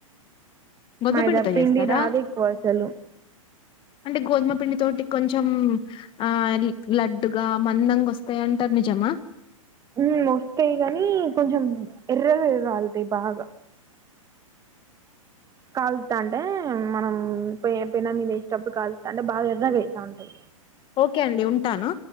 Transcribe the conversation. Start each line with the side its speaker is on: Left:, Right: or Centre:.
Left: గోధుమ
Right: మైదా
Left: పిండితో
Right: పిండి
Left: చేస్తారా
Right: రాదు ఎక్కువ అసలు
Left: అంటే గోధుమ పిండి తోటి కొంచెం ఆ లడ్డు గా మందంగా వస్తాయంటరు నిజమా
Right: ఉ వస్తాయి గనీ కొంచెం ఎర్రగ కాలుతాయి బాగా కాలుస్తా అంటే మనం పె పెన మీద వేసేటప్పుడు కాలుస్తా అంటే బాగా ఎర్రగా అయితాంటై
Left: ఓకే అండి ఉంటాను